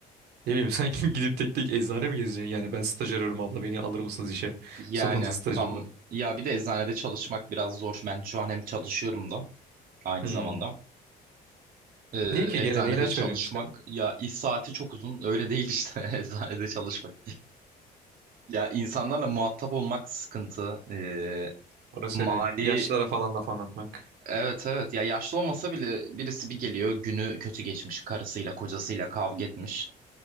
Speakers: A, on the right; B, on the right.
A: Ne bileyim <laughs> sanki gidip tek tek eczane mi gezeceksin? Yani ben staj arıyorum abla beni alır mısınız işe? <laughs>
B: Yani
A: Zorunlu stajım
B: tam
A: var.
B: ya bir de eczanede çalışmak biraz zor. Ben şu an hem çalışıyorum da aynı
A: Hmm.
B: zamanda. Ee,
A: Niye ki
B: eczanede
A: gelen ilaç
B: çalışmak
A: veriyorsun işte?
B: ya iş saati çok uzun. Öyle değil işte <laughs> eczanede çalışmak. Ya insanlarla muhatap olmak sıkıntı. Ee,
A: Orası
B: mali
A: öyle. Yaşlılara falan laf anlatmak
B: evet evet ya yaşlı olmasa bile birisi bir geliyor günü kötü geçmiş karısıyla kocasıyla kavga etmiş.